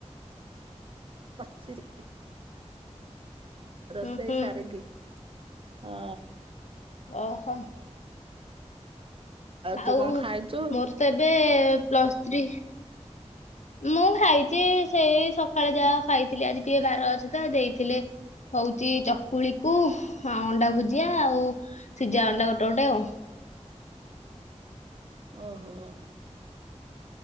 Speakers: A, on the right; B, on the left.
A: ବସଚିରି ରଷେଇ
B: ହୁଁ ହୁଁ
A: ସାରି କି ହଁ।
B: ଓହୋ। ଆଉ
A: ତୁ କଣ ଖାଇଛୁ?
B: ମୋର ତ ଏବେ ପ୍ଲସ୍ ଥ୍ରୀ ମୁଁ ଖାଇଚି ସେଇ ସକାଳେ ଯାହା ଖାଇଥିଲି ଆଜି ଟିକେ ବାର ଅଛି ତ ଦେଇଥିଲେ ହଉଚି ଚକୁଳିକୁ ହଁ ଅଣ୍ଡା ଭୁଜିଆ ଆଉ ସିଜା ଅଣ୍ଡା ଗୋଟେ ଗୋଟେ ଆଉ।
A: ଓହୋ।